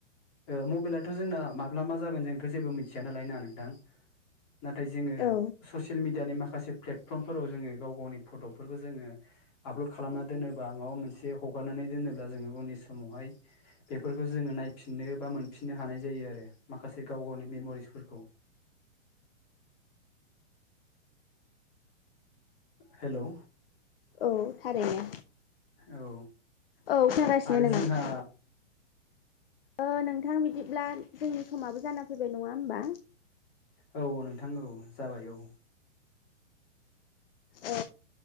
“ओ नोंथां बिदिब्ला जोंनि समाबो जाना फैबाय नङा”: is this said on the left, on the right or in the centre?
Left